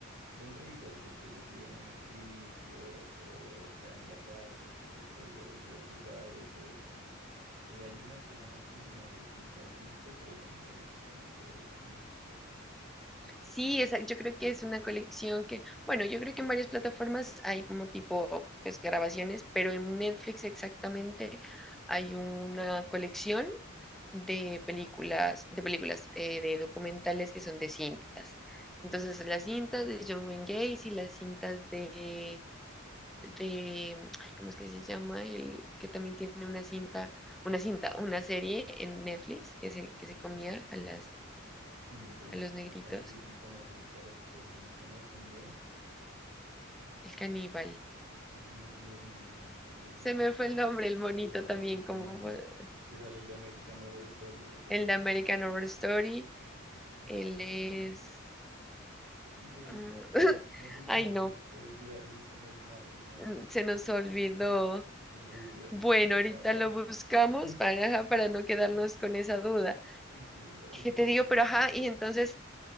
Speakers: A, on the right; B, in the centre.
A: de entrevistas pues que ellos dieron en el juicio o ya en la cárcel, pues después de haber sido juzgados o eso. Y hay unas que son así, no sé si has visto, pero son muy, muy chéveres también.
B: sí, esa, yo creo que es una colección que, bueno, yo creo que en varias plataformas hay como tipo, pues, grabaciones, pero en Netflix exactamente hay una colección de películas, de películas, eh, de documentales que son de cintas. Entonces, las cintas de John Wayne Gacy, las cintas de de, ay, ¿cómo es que se llama? El que también tiene una cinta, una cinta, una serie en Netflix que se, que se comía a las,
A: Mm, de
B: a
A: ese-
B: los negritos,
A: Hay que es bien famoso que estaba hace poco, ¿cómo se llama? El caníbal.
B: el caníbal.
A: Ay, se me olvidó el nombre, ¿cómo puede ser?
B: Se me fue el nombre, el
A: El
B: monito
A: que sale
B: también,
A: este
B: como
A: man,
B: fue-
A: que sale el de American Horror Story y representa.
B: el de American Horror Story.
A: Ay,
B: Él
A: ¿cómo
B: es,
A: se llama? Ve,
B: <laughs>
A: y es muy famoso y cómo
B: ay
A: se
B: no,
A: lo puede olvidar y es como el más, el más
B: mm,
A: de todos.
B: se nos olvidó.
A: El rubio, así
B: Bueno,
A: como de
B: ahorita
A: gafas.
B: lo buscamos
A: <laughs>
B: para, ajá, para no quedarnos con esa duda.
A: Sí, para
B: ¿Qué
A: salir
B: te digo?
A: de todo.
B: Pero ajá, y entonces